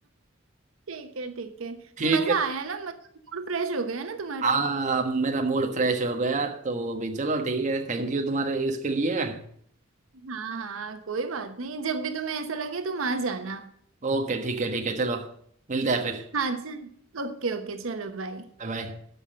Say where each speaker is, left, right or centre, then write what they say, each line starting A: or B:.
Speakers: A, on the right; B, on the right.
A: ठीक है ठीक है
B: ठीक
A: मजा
B: है
A: आया ना मतलब मूड फ्रेश हो गया ना तुम्हारा
B: हाँ मेरा मूड फ्रेश हो गया तो अभी चलो ठीक है थैंक यू तुम्हारे इसके लिए
A: हाँ हाँ कोई बात नहीं जब भी तुम्हें ऐसा लगे तुम आ जाना
B: ओके ठीक है ठीक है चलो मिलते हैं फिर
A: हाँ चल ओके ओके चलो बाय
B: Bye bye